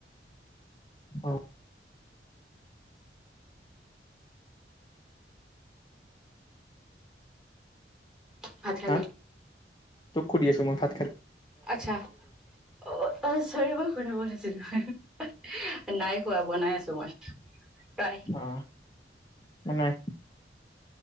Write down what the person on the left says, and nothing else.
অ
হা তোক সোধু আছো মই হা
অ বনাই